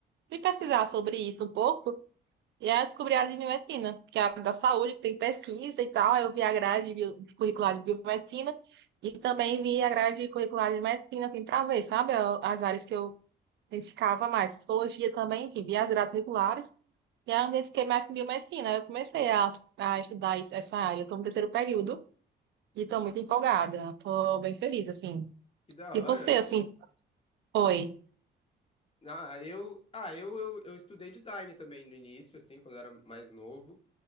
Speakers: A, on the right; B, on the left.
A: fui pesquisar sobre isso um pouco. E aí eu descobri a área de biomedicina, que é a área da saúde, que tem pesquisa e tal. Aí Eu vi a grade bio- curricular de biomedicina e também vi a grade curricular de medicina, assim, para ver, sabe, a- as áreas que eu identificava mais. Psicologia também, enfim, vi as grades curriculares. E aí eu me identifiquei mais com biomedicina. Aí Eu comecei a, a estudar es- essa área. Eu Estou no terceiro período e estou muito empolgada. Estou bem feliz, assim.
B: Que da
A: E você,
B: hora.
A: assim, foi?
B: Ah, eu, ah, eu, eu, eu estudei design também no início, assim, quando eu era mais novo.